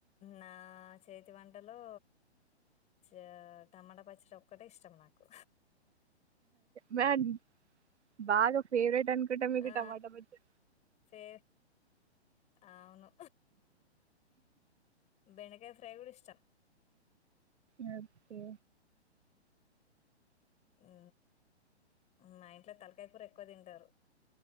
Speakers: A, on the left; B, on the right.
A: నా చేతి వంటలో చ టమాటా పచ్చడి ఒక్కటే ఇష్టం నాకు.
B: మ్యాడ్ బాగా ఫేవరెట్ నుకుంట్ట మీకు
A: ఆ!
B: టమాట బజ్జి
A: ఫే అవును బెండకాయ్ ఫ్రే ఫ్రేయ్ కూడా ఇష్టం
B: ఓకే
A: ఉ మా ఇంట్లో తలకాయ్ కూర ఎక్కువ తింటరు